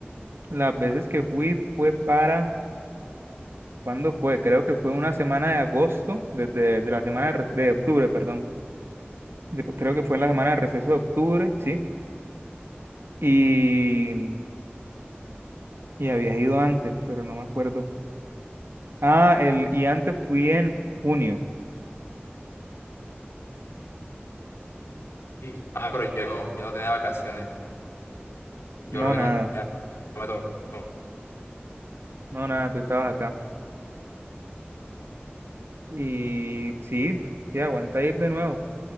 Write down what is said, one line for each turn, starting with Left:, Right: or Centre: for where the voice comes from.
Right: Las veces que fui fue para ¿Cuándo fue? Creo que fue una semana de agosto, desde de la semana de, re- de octubre, perdón. De- creo que fue en la semana de receso de octubre, sí. Y, y había ido antes, pero no me acuerdo. Ah, el, y antes fui en junio.
Left: Sí. Ah, pero yo no, yo no tenía vacaciones. Yo
Right: No,
Left: creo que
Right: nada,
Left: no tenía, no me tocó.
Right: no, nada, tú estabas acá. Y sí, sí, aguanta ir de nuevo.